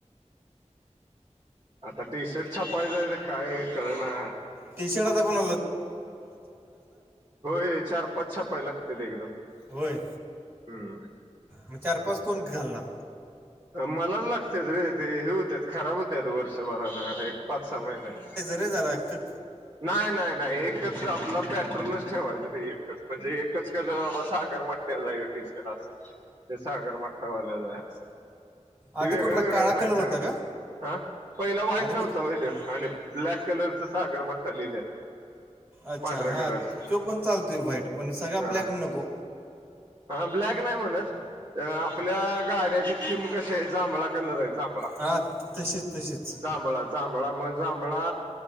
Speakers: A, on the right; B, on the right.
A: आता टी शर्ट छापायचंय काय कळ ना.
B: टी शर्ट आता कोण?
A: होय चार पाच छापाय लागते ते एकदम.
B: होय
A: हम्म.
B: मग चार पाच कोण घालणार?
A: मलाच लागते रे ते हे होत खराब होत आहेत वर्षभरान एक पाच सहा महिने
B: अरे जरा एक
A: नाही नाही नाही एकच आपला प च ठेवायचं नाही एकच म्हणजे एकच केलं बाबा साकार म्हटल्या जाई टी शर असं. ते सागर मठठावाल्या जा आहे असं ते
B: आधी
A: वेगळे
B: कुठला
A: वेगळें
B: काळा
A: नाही
B: कलर
A: चांगलं.
B: होता का
A: हा पहिला वा्हाईट
B: आधी
A: नव्हतं
B: कुठ
A: वहिट आणि ब्लॅक कलरचं सागर म चा
B: अच्छा
A: पांढऱ्याकरच
B: हां तो पण चालतोय व्हाईट पण सगळा
A: हा.
B: ब्लॅक नको
A: हा ब्लॅक नाही म्हणत आपल्या गाड्याची जिम कशी आहे जांभळा कलर आहे जांभळा
B: हां तशीच तशीच
A: जांभळा. जांभळा मग जांभळा